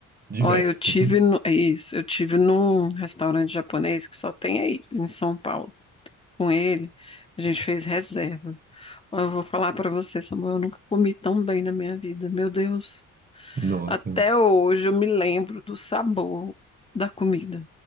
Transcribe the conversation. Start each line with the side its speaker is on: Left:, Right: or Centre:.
Right: diverso.
Left: Olha, eu tive
Right: <laughs>
Left: no, é isso, eu tive num restaurante japonês que só tem aí em São Paulo. Com ele, a gente fez reserva. Eu vou falar pra você, Samuel, eu nunca comi tão bem na minha vida, meu Deus.
Right: Nossa,
Left: Até hoje eu me lembro do sabor da comida.